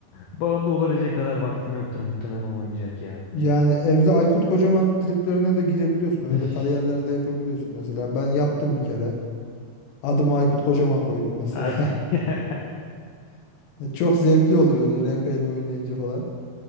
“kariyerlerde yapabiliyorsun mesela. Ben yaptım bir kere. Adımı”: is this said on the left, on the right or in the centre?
Left